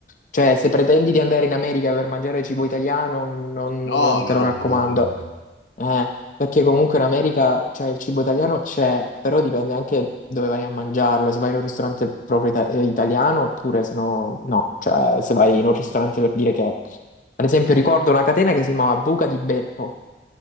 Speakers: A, on the left; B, on the left.
A: Cioè, se pretendi di andare in America per mangiare cibo italiano, non,
B: No,
A: non
B: no,
A: te lo
B: no, ovviamente
A: raccomando.
B: no.
A: Eh, perché comunque in America, cioè, il cibo italiano c'è, però dipende anche dove vai a mangiarlo, se vai in un ristorante proprio ita- eh, italiano oppure se no, no, cioè se vai in un ristorante per dire che, ad esempio, ricordo una catena che si chiamava Buca di Beppo